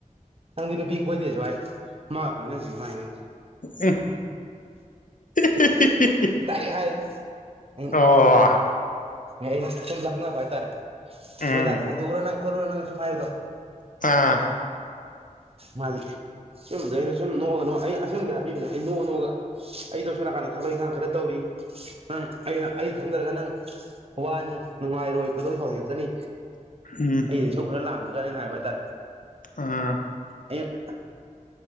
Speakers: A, on the right; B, on the left.
A: ꯅꯪꯗꯤ ꯅꯨꯄꯤ ꯀꯣꯏꯗꯦꯖꯨ ꯍꯥꯏ ꯃꯒꯥ ꯀꯣꯏꯅꯖꯤ ꯃꯍꯥꯏꯅꯤ ꯑꯩꯉꯣꯟꯗ
B: ꯎꯝ ꯍꯤꯍꯤꯍꯤ <unintelligible>
A: ꯗꯥꯏꯔꯦꯛ ꯍꯥꯏꯅꯤ <unintelligible>
B: ꯑꯣ
A: ꯑꯦ ꯑꯩ ꯁꯨꯝ ꯂꯛꯅꯕ ꯍꯥꯏꯇꯔꯦ
B: ꯎꯝ
A: ꯅꯣꯏ ꯗꯥꯗ ꯍꯥꯏꯗꯣꯛꯎꯔ ꯅꯪ ꯈꯣꯠꯂꯨꯔ ꯅꯪ ꯁꯨꯝ ꯍꯥꯏꯕꯗꯣ
B: ꯑꯥ
A: ꯃꯥꯗꯤ ꯁꯨꯝꯗ ꯑꯩꯅ ꯁꯨꯝ ꯅꯣꯛꯑ ꯅꯣꯛꯑ ꯑꯩ ꯑꯁꯦꯡꯕꯗꯤ ꯍꯥꯏꯕꯤꯕꯅꯦ ꯑꯩ ꯅꯣꯛꯑ ꯅꯣꯛꯑꯒ ꯑꯩꯗꯣ ꯁꯣꯝ ꯅꯥꯀꯥꯟꯗ ꯊꯕꯛ ꯏꯪꯈꯥꯡ ꯈꯔ ꯇꯧꯔꯤ ꯅꯪ ꯑꯩ ꯑꯩ ꯈꯪꯗꯔꯒ ꯅꯪ ꯋꯥꯅꯤ ꯅꯨꯡꯉꯥꯏꯔꯣꯏ ꯈꯣꯏꯗꯧ ꯁꯥꯎꯅꯤꯡꯉꯛꯀꯅꯤ
B: ꯎꯝ
A: ꯑꯩꯅ ꯏꯁꯧ ꯈꯔ ꯂꯥꯡꯕꯒ ꯑꯩꯅ ꯍꯥꯏꯕ ꯍꯥꯏꯇꯥꯔꯦ
B: ꯑꯥ
A: ꯑꯌꯥ